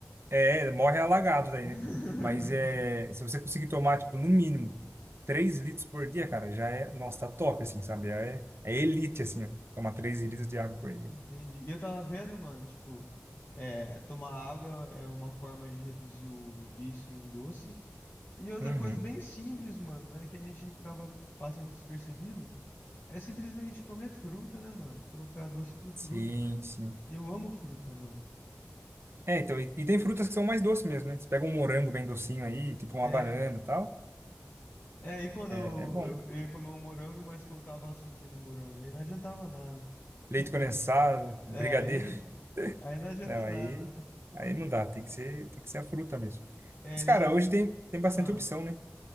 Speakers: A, on the right (about 65°); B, on the left (about 55°).
A: é... Morre alagado daí,
B: <laughs>
A: né? Mas é... Se você conseguir tomar, tipo, no mínimo 3 litros por dia, cara, já é... Nossa, tá top, assim, sabe? É, é elite, assim, ó. Tomar 3 litros de água por dia.
B: Entendi. E eu tava vendo, mano, tipo, é, tomar água é uma forma de reduzir o vício em doce. E outra
A: Uhum.
B: coisa bem simples, mano, mas que a gente acaba passando despercebido, é simplesmente comer fruta, né, mano? Trocar doce por fruta.
A: Sim, sim.
B: Eu amo fruta, mano.
A: É, então, e, e tem frutas que são mais doces mesmo, né? Você pega um morango bem docinho aí, tipo uma
B: É,
A: banana e tal,
B: é, e quando
A: é,
B: eu,
A: é bom.
B: eu, eu ia comer um morango, mas colocava açúcar no morango, aí não adiantava nada.
A: Leite
B: <laughs>
A: condensado,
B: É,
A: brigadeiro,
B: aí, aí
A: <laughs>
B: não adianta
A: não,
B: nada,
A: aí,
B: né?
A: aí não dá, tem que ser, tem que ser a fruta mesmo.
B: É,
A: Mas, cara,
B: e,
A: hoje tem, tem bastante
B: ah,
A: opção, né?